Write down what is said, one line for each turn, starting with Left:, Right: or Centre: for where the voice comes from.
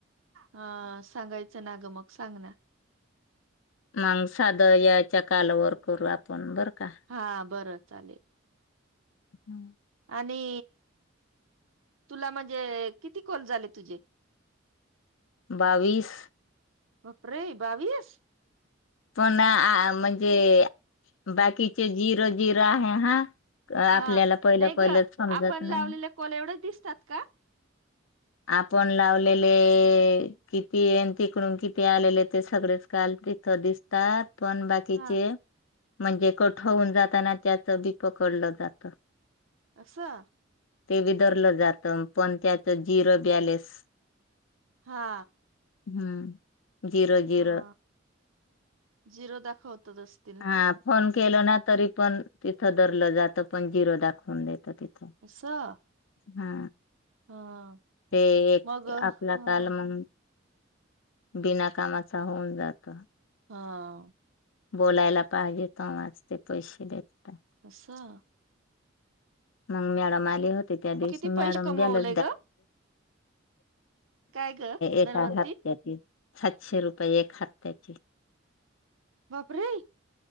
Right: ह सांगायचं ना गं मग सांग ना
Left: मग साधं याच्या कालावर करू आपण बरं का
Right: हा बरं चालेल.
Left: हम्म
Right: आणि तुला म्हणजे किती कॉल झाले तुझे?
Left: बावीस
Right: बापरे बावीस
Left: पण म्हणजे बाकीचे झीरो झीरो आहे हा आपल्याला
Right: हा
Left: पहिलं
Right: नाही
Left: पहिलंच
Right: ग
Left: समजत
Right: आपण
Left: नाही.
Right: लावलेले कॉल एवढीच दिसतात का?
Left: आपण लावलेले किती तिकडून किती आलेले ते सगळेच काल तिथं दिस दिसतात पण बाकी बाचे
Right: हा
Left: म्हणजे कट होन जाताना त्याच बी पकडलं जात.
Right: असं
Left: ते बी धरलं जातं पण त्याचं झिरो बॅलेस
Right: हा
Left: हम्म झिरो
Right: हा
Left: झिरो
Right: झिरो दाखवतो तसं
Left: हा फोन केल ना तरी पण तिथं धरलं जातं पण झिरो दाखवून देत तिथं
Right: असं
Left: हा
Right: हा
Left: ते एक
Right: मग हं,
Left: आपला काल
Right: हं,
Left: म्हणून बिना कामाचा होऊन जात.
Right: हो
Left: बोलायला पाहिजे पाहिजे तेव्हाच ते पैसे देतात.
Right: असं
Left: मग मॅडम आले होते त्या
Right: मग
Left: दिवशी
Right: किती पैसे
Left: मॅडम
Right: कमवले
Left: गेला
Right: ग काय ग
Left: एका
Right: धनवंती
Left: हप्त्याची सातशे रुपये एक हप्त्याची
Right: बापरे